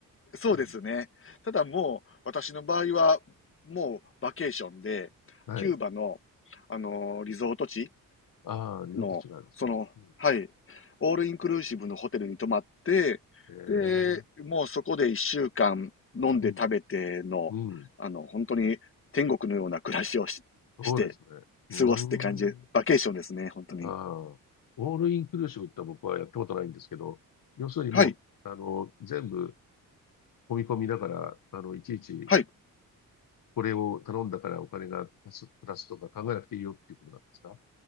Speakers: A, on the left (about 35°); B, on the left (about 70°).
A: そうですね。
B: うん、
A: ただもう、私の場合は、もうバケーションで、
B: はい。
A: キューバの、あのーリゾート地
B: ああ、リゾート地があるんですね。
A: の、その、
B: うん、
A: はい、オールインクルーシブのホテルに泊まって、
B: えー、
A: で、もうそこで一週間飲んで食べての、
B: うん、うん。
A: あの、本当に天国のような暮らしをし、
B: そうですね。
A: して
B: うー
A: 過ごすって感じで、
B: ん。
A: バケーションですね、本当に。
B: ああ、オールインクルーシブって僕はやったことないんですけど、要するにもう、
A: はい、
B: あの、全部込み込みだから、あの、いちいち
A: はい。
B: これを頼んだからお金が足す、プラスとか考えなくていいよっていうことなんですか